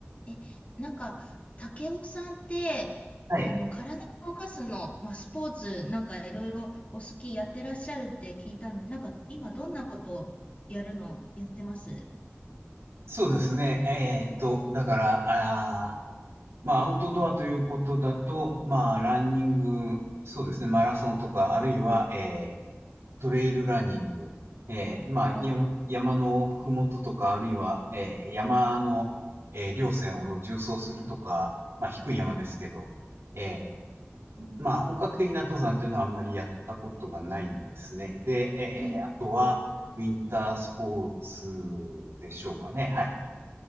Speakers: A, on the left; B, on the right.
A: え、なんか、竹雄さんって、
B: はい。
A: あの、体を動かすの、まあ、スポーツ、なんかいろいろお好きやってらっしゃるって聞いたんで、なんか今どんなことやるのやってます
B: そうですね。えーっと、だから、あー、まあ、アウトドアということだと、まあ、ランニング、そうですね、マラソンとか、あるいは、えー、トレイルランニング、えー、まあ、
A: お
B: 山、山のふもととか、あるいは、えー、山の、えー、稜線を縦走するとか、まあ、低い山ですけど、えー、まあ、本格的な登山というのはあんまりやったことがないんですね。で、えー、
A: うん。
B: あとは、ウィンタースポーツでしょうかね。はい。